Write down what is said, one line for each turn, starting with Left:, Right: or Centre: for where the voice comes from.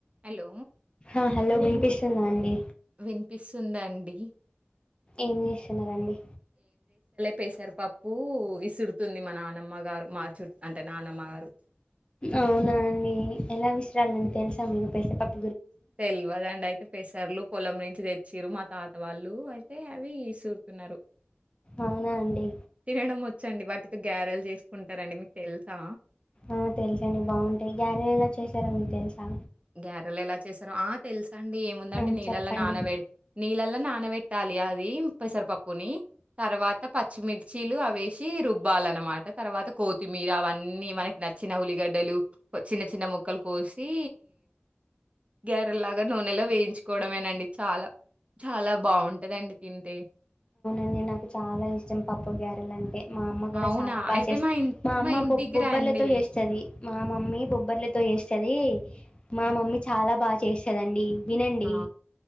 Right: Hello
Left: ఆ hello వినిపిస్తుందా అండి
Right: వినిపిస్తుందండి
Left: ఏం చేస్తున్నరండి
Right: పెసర్ పప్పు ఇసురుతుంది మా నానమ్మ గారు మా చుట్ అంటే నానమ్మ గారు
Left: అవునా అండి ఎలా విషయాలు తెలుసా మీకు <unintelligible>
Right: తెల్వదండి అయితే పెసర్లు పొలం నుంచి తెచ్చిరు మా తాత వాళ్ళు అయితే అవి ఇసురుతున్నారు
Left: అవునా అండి
Right: తినడం వచ్చండి వాటితో గ్యారెలు చేసుకుంటారండి మీకు తెలుసా
Left: ఆ తెలుస అండి బాగుంటాయి గ్యారలు ఎలా చేశారో మీకు తెలుసా
Right: గ్యారెలు ఎలా చేసారో ఆ తెలుసా అండి ఏముందండి
Left: ఆ
Right: నీళ్లలో
Left: చెప్పండి
Right: నానవేడి నీళ్ళల్లో నా నపెట్టాలి అది పెసరపప్పుని తర్వాత పచ్చిమిర్చిలు అ వేసి రుబ్బాలన్న అనమాట తర్వాత కొత్తిమీర అవన్నీ మనకి నచ్చిన ఉల్లిగడ్డలు చిన్న చిన్న ముక్కలు కోసి గరెల్లాగా నూనెలో వేయించుకోవడమేనండి చాలా చాలా బాగుంటదండి తింటే
Left: అన్ని నాకు చాలా ఇష్టం పప్పు గారెలు అంటే మా అమ్మ కూడా
Right: అవునా?
Left: చాలా బాగా
Right: అయితే
Left: చేస్తది
Right: ఇం
Left: మా అమ్మ
Right: ఇంటికి
Left: బొ బొబ్బర్లతో
Right: రండి.
Left: చేస్తది మా మమ్మీ బొబ్బర్లతో చేస్తది మా మమ్మీ చాలా బాగా చేస్తదండి వినండి
Right: ఆ